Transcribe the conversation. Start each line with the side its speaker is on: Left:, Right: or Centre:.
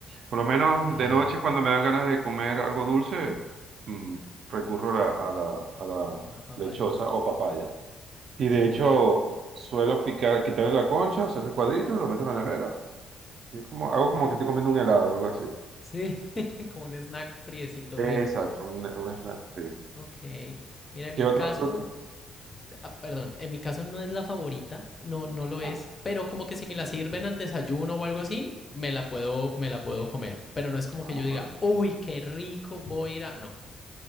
Right: Por lo menos
Left: sí,
Right: de noche, cuando me dan ganas de comer algo dulce, mm, recurro a la, a la, a la
Left: una papayita.
Right: lechosa o papaya. Y de
Left: Ok,
Right: hecho, suelo picar, quitarle la concha, hacerle cuadritos, y lo meto en la nevera. Y es como, hago como que estoy comiendo un helado, algo así.
Left: sí, <laughs> como un snack friecito rico.
Right: Exacto, un, un snack. sí.
Left: Ok, mira, en
Right: ¿Qué
Left: mi
Right: otra
Left: caso,
Right: fruta?
Left: ah, perdón, en mi caso no es la favorita, no, no lo es,
Right: Ah,
Left: pero como que si me la sirven al desayuno o algo así, me la puedo, me la puedo comer, pero no es como
Right: ah,
Left: que yo diga,
Right: claro.
Left: uy, qué rico, voy a ir a... No,